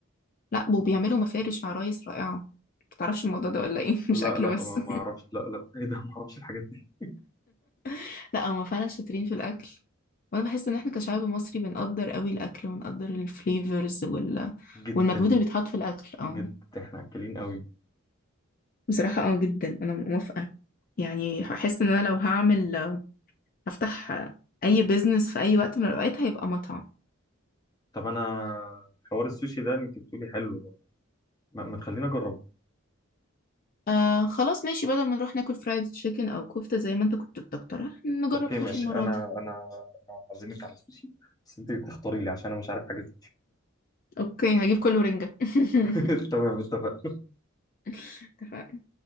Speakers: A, on the left; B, on the left.
A: لا وبيعملوا مفارش عرايس رائعة متعرفش الموضوع ده ولا ايه <laughs>
B: لا
A: مش اكل
B: لا
A: بس
B: ما ما اعرفش لا لا <laughs> ايه ده ما اعرفش الحاجات دي
A: <laughs> لا هما فعلا شاطرين في الاكل وانا بحس ان احنا كشعب مصري بنقدر قوي الاكل ونقدر الفليفرز وال...
B: جدا
A: والمجهود اللي بيتحط في الاكل اه
B: جدا احنا اكلين قوي
A: بصراحة اه جدا انا موافقة يعني هحس ان انا لو هعمل هفتح اي بيزنس في اي وقت من الاوقات هيبقى مطعم
B: طب انا حوار السوشي ده اللي انت بتقولي حلو ما, ما تخليني اجربه
A: آه خلاص ماشي بدل ما نروح ناكل فرايد تشيكن او كفتة زي ما انت كنت بتقترح نجرب
B: اوكي
A: سوشي
B: ماشي
A: المرة
B: انا
A: دي
B: انا انا هعزمك على السوشي بس انت تختاري لي عشان انا مش عارف حاجات
A: اوكي هجيب كله رنجة <laughs>
B: كتير <laughs> تمام اتفقنا
A: اتفقنا